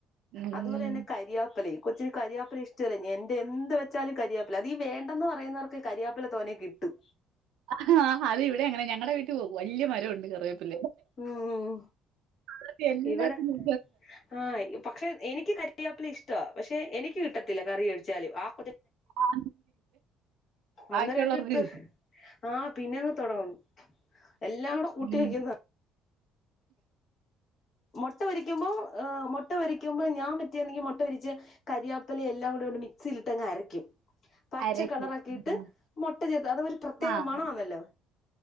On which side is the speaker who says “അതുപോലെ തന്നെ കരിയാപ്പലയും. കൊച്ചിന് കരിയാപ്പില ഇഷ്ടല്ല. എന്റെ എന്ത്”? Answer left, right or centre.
Left